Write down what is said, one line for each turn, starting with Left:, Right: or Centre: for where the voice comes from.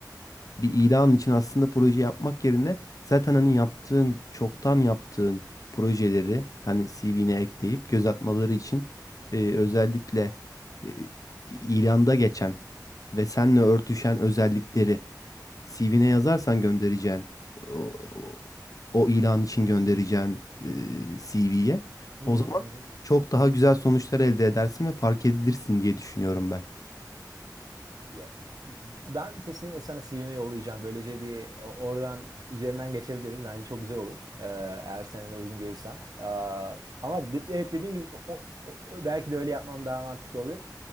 Left: bir ilan için aslında proje yapmak yerine zaten hani yaptığın çoktan yaptığın projeleri hani CV'ne ekleyip göz atmaları için e, özellikle e, ilanda geçen ve seninle örtüşen özellikleri CV'ne yazarsan göndereceğin o, o, o ilan için göndereceğin CV'ye
Right: <laughs> hı
Left: o zaman
Right: hı. hı.
Left: çok daha güzel sonuçlar elde edersin ve fark edilirsin diye düşünüyorum ben.
Right: Ya, ben kesinlikle sana CV'mi yollayacağım. Böylece bir o- oradan üzerinden geçebiliriz. Bence çok güzel olur. Ee, eğer sen de uygun görürsen. Ee, ama de- evet dediğin gibi o- o- belki de öyle yapmam daha mantıklı olur.